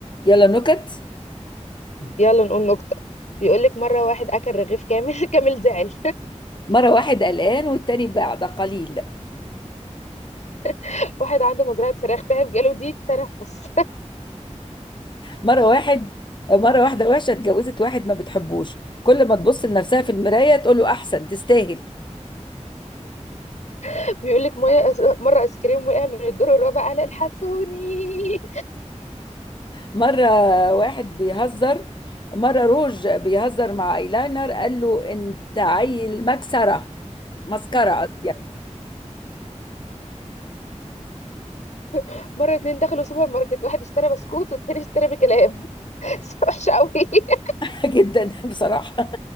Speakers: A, on the left; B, on the left.
A: يلا نكت
B: يلا نقول نكتة بيقولك مرة واحد أكل رغيف كامل <laughs> كامل زعل
A: مرة واحد قلقان والتاني بقى, بقى قليل
B: <laughs> واحد عنده مزرعة فراخ تعب جاله ضيق تنفس
A: مرة واحد مرة واحدة وحشة اتجوزت واحد ما بتحبوش كل ما تبص لنفسها في المراية تقول له أحسن تستاهل
B: <laughs> بيقولك مية أس... مرة آيس كريم وقع من الدور الرابع قال الحسوني
A: مرة واحد بيهزر مرة روج بيهزر مع ايلاينر قال له انت عيل مكسرة مسكرة قصدي يعني
B: <laughs> مرة اتنين دخلوا سوبر ماركت واحد اشترى بسكوت والتاني اشترى بكلام <laughs> وحشة قوي <laughs>
A: <laughs> جدا بصراحة